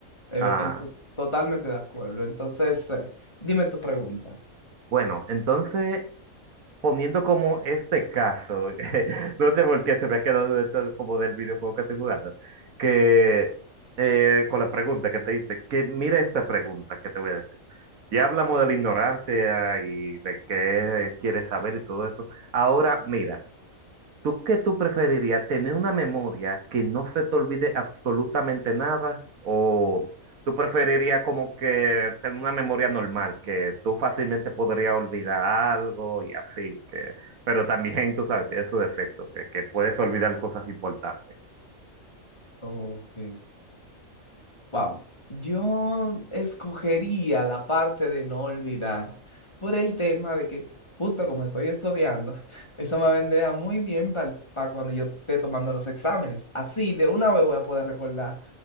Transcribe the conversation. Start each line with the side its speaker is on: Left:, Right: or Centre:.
Left: Eh,
Right: Ah,
Left: eh, to- totalmente de acuerdo. Entonces, eh, dime tu pregunta.
Right: bueno, entonces poniendo como este caso, <laughs> no sé por qué se me ha quedado esto como del videojuego que estoy jugando, que eh, con la pregunta que te hice, que mira esta pregunta que te voy a decir. Ya hablamos de la ignorancia y de qué quieres saber y todo eso. Ahora, mira, ¿Tú qué tú preferirías? ¿Tener una memoria que no se te olvide absolutamente nada? ¿O tú preferirías como que tener una memoria normal, que tú fácilmente podrías olvidar algo y así? Que, pero también, tú sabes, tiene su defecto, que, que puedes olvidar cosas importantes.
Left: Ok. Wow. Yo escogería la parte de no olvidar por el tema de que justo como estoy estudiando, <laughs> eso me vendría muy bien para cuando yo esté tomando los exámenes. Así de una vez voy a poder recordar